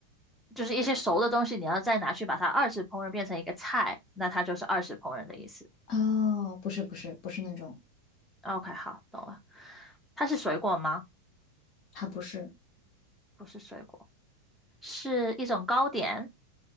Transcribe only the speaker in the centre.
就是一些熟的东西，你要再拿去把它二次烹饪变成一个菜，那它就是二次烹饪的意思。
OK，好，懂了。它是水果吗？
不是水果，是一种糕点。